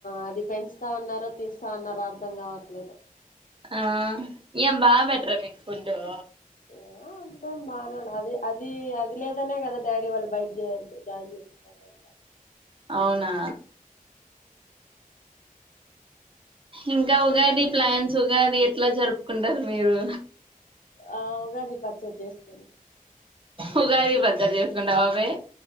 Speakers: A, on the left; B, on the right.
A: అది పెంచుతా ఉన్నారో తీ స్తావున్నారో అర్థం కావట్లేదు
B: ఆ ఏం బా పెట్రా మీకు ఫుడ్ అ
A: ఆ అంటే బాగానే అది అది అది లేదనే కదా డాడీ వాళ్ళు బయట చేయరు జాయిన్ చేపిస్తారు అంట
B: అవునా ఇంకా ఉగాది ప్లాన్స్ ఉగాది ఎట్లా జరుపుకుంటారు మీరు
A: ఆ ఉగాది పచ్చడి చేసుకుని
B: ఉగాది ప చాడి చేసుకుంటావావే